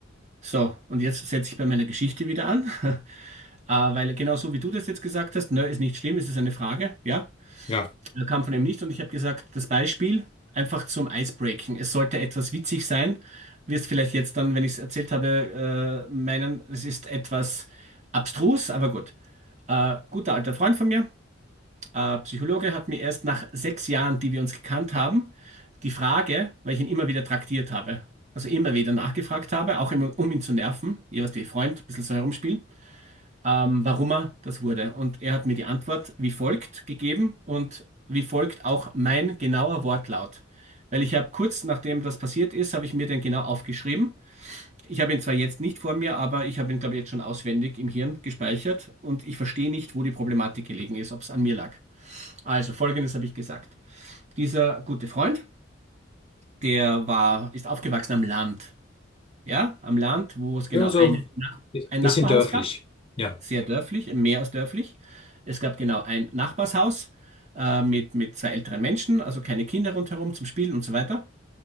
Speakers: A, on the right (about 35°); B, on the left (about 30°).
A: So, und jetzt setze ich bei meiner Geschichte wieder an, <laughs> äh, weil genau so wie du das jetzt gesagt hast, ne, ist nicht schlimm, es ist eine Frage, ja.
B: ja,
A: Er kam von ihm nicht und ich habe gesagt, das Beispiel einfach zum Icebreaking. Es sollte etwas witzig sein. Wirst vielleicht jetzt dann, wenn ich es erzählt habe, äh, meinen, es ist etwas abstrus, aber gut. Äh, guter alter Freund von mir, äh, Psychologe, hat mir erst nach sechs Jahren, die wir uns gekannt haben, die Frage, weil ich ihn immer wieder traktiert habe, also immer wieder nachgefragt habe, auch immer, um ihn zu nerven, jeweils die Freund, ein bisschen so herumspielen ähm, warum er das wurde. Und er hat mir die Antwort wie folgt gegeben und wie folgt auch mein genauer Wortlaut. Weil ich habe kurz nachdem das passiert ist, habe ich mir den genau aufgeschrieben. Ich habe ihn zwar jetzt nicht vor mir, aber ich habe ihn, glaube ich, jetzt schon auswendig im Hirn gespeichert und ich verstehe nicht, wo die Problematik gelegen ist, ob es an mir lag. Also, Folgendes habe ich gesagt. Dieser gute Freund, der war, ist aufgewachsen am Land. Ja, am Land, wo es genau
B: ja, so
A: eine,
B: bi-
A: ein
B: bisschen
A: Nachbarhaus
B: dörflich,
A: gab.
B: ja.
A: sehr dörflich, mehr als dörflich. Es gab genau ein Nachbarshaus äh, mit, mit zwei älteren Menschen, also keine Kinder rundherum zum Spielen und so weiter.